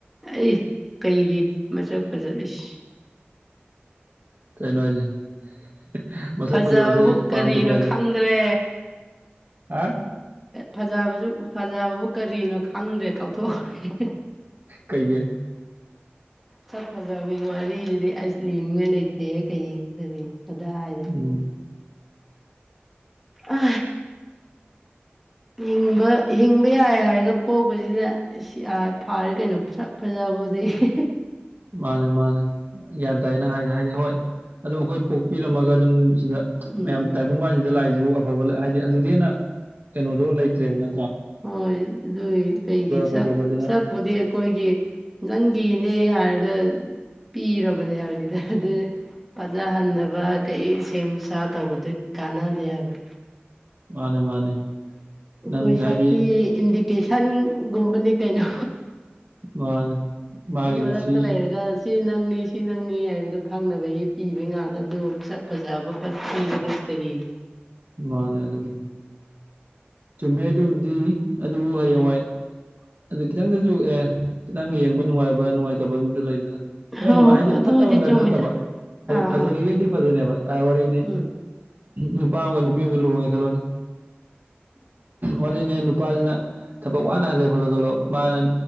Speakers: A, in the centre; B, on the right (about 50°).
A: ꯑꯩ ꯀꯩꯒꯤ ꯃꯁꯛ ꯐꯖꯏꯁꯤ
B: ꯀꯩꯅꯩꯅꯅꯨꯡ ꯍꯥꯏꯅꯦꯦ ꯃꯁꯛ
A: ꯐꯖꯕꯕꯨ
B: ꯐꯖꯕꯁꯦ ꯄꯥꯝꯗꯕ꯭ꯔꯥ
A: ꯀꯔꯤꯅꯣ
B: ꯑꯩꯁꯦ
A: ꯈꯪꯗ꯭ꯔꯦ
B: ꯍꯥ
A: ꯐꯖꯕꯁꯨ ꯐꯖꯕꯕꯨ ꯀꯔꯤꯅꯣ ꯈꯪꯗ꯭ꯔꯦ ꯀꯥꯎꯊꯣꯛꯈ꯭ꯔꯦ
B: ꯀꯩꯦ
A: ꯁꯛ ꯐꯖꯕꯒꯤ ꯋꯥꯔꯤꯁꯤꯗꯤ ꯑꯥꯏꯁꯅꯤꯡꯉꯥꯏ ꯂꯩꯇꯦꯍ ꯀꯩ ꯀꯔꯤ ꯑꯗꯨꯗꯥ ꯍꯥꯏꯗꯤꯦ
B: ꯎꯝ
A: ꯑ ꯍꯕ ꯍꯤꯡꯕ ꯌꯥꯏ ꯍꯥꯏꯔꯒ ꯄꯁꯤꯅ ꯐꯥꯔꯦ ꯀꯩꯅꯣ ꯐꯖꯕ ꯍꯧꯗꯩ
B: ꯃꯥꯅꯦ ꯃꯥꯅꯦ ꯒ꯭ꯌꯥꯟ ꯇꯥꯏꯌꯦ ꯅꯪ ꯍꯥꯏꯗ ꯍꯥꯏꯗꯤ ꯍꯣꯏ ꯑꯗꯨꯝ ꯑꯩꯈꯣꯏ ꯄꯣꯛꯄꯤꯔꯝꯃꯒꯗꯤ ꯑꯗꯨꯝ ꯁꯤꯗ
A: ꯎꯝ
B: ꯃꯌꯥꯝ ꯇꯥꯏꯕꯪꯕꯥꯜꯁꯤꯗ ꯂꯥꯏꯁꯤꯕꯨ ꯑꯐꯕ ꯍꯥꯏꯗꯤ ꯑꯗꯨꯗꯤ ꯍꯦꯟꯅ ꯀꯩꯅꯣꯗꯣ ꯂꯩꯇ꯭ꯔꯦꯕꯅ
A: ꯍꯣꯏ ꯑꯗꯨꯒꯤ ꯀꯩꯒꯤ ꯁꯛ
B: ꯐꯖꯕꯗꯨꯅ
A: ꯁꯛꯄꯨꯗꯤ ꯑꯩꯈꯣꯏꯒꯤ ꯅꯪꯒꯤ ꯅꯦꯠ ꯌꯥꯔꯒ ꯄꯤꯔꯕꯅꯦ ꯍꯥꯏꯕꯅꯤꯗ ꯑꯗꯨ ꯐꯖꯍꯟꯅꯕ ꯀꯩ ꯁꯦꯝ ꯁꯥ ꯇꯧꯕꯗꯤ ꯀꯥꯟꯅꯗꯦ ꯍꯥꯏꯕ
B: ꯃꯥꯅꯦ ꯃꯥꯅꯦ
A: ꯑꯈꯣꯏ
B: ꯅꯪꯒꯤ
A: ꯁꯛꯇꯤ
B: ꯍꯥꯏꯗꯤ
A: ꯏꯟꯗꯤꯀꯦꯁꯟꯒꯨꯝꯕꯅꯤ ꯀꯩꯅꯣ
B: ꯃꯥꯅꯦ ꯃꯥꯒꯤꯗꯤ
A: ꯃꯤ ꯃꯔꯛꯇ
B: ꯁꯤ
A: ꯂꯩꯔꯒ ꯁꯤ ꯅꯪꯅꯦ ꯁꯤ ꯅꯪꯅꯦ ꯍꯥꯏꯕꯗꯣ ꯈꯪꯅꯕꯒꯤ ꯄꯤꯕꯩ ꯉꯥꯛꯇ ꯑꯗꯨ ꯁꯛ ꯐꯖꯕ ꯄꯤꯕꯗꯣ ꯀꯔꯤ
B: ꯃꯥꯅꯦ ꯑꯗꯨꯕꯨ ꯆꯨꯝꯃꯦ ꯑꯗꯨꯕꯨꯗꯤ ꯑꯗꯨꯕꯨ ꯍꯌꯦꯡꯋꯥꯏ ꯑꯗꯨ ꯈꯤꯇꯪꯗꯁꯨ ꯑꯦ ꯈꯤꯇꯪ ꯌꯦꯡꯕ ꯅꯨꯡꯉꯥꯏꯕ ꯅꯨꯡꯉꯥꯏꯇꯕ ꯑꯃꯁꯨ ꯂꯩꯗꯅ
A: ꯍꯣꯏ
B: ꯑꯦ ꯅꯨꯡꯉꯥꯏ ꯍꯥꯏꯗꯤ
A: ꯑꯗꯨꯕꯨꯗꯤ
B: ꯐꯠꯇꯕ ꯅꯠꯇꯕ
A: ꯆꯨꯝꯃꯤꯗ
B: ꯍꯥꯏꯗꯤ
A: ꯑꯥ
B: ꯐꯖꯔꯤꯈꯩꯗꯤ
A: ꯑꯥ
B: ꯐꯖꯔꯦꯕ ꯋꯥꯔꯤꯅꯤ
A: ꯎꯝ
B: ꯅꯨꯄꯥ ꯑꯃꯒ ꯅꯨꯄꯤ ꯑꯃꯒ ꯂꯨꯍꯣꯡꯉꯦ ꯈꯜꯂꯣꯅꯤ ꯋꯥꯔꯤꯅꯦ ꯅꯨꯄꯥꯁꯤꯅ ꯊꯕꯛ ꯋꯥꯅ ꯍꯜꯂꯦ ꯈꯣꯠꯂꯦ ꯈꯜꯂꯣ ꯃꯥꯅ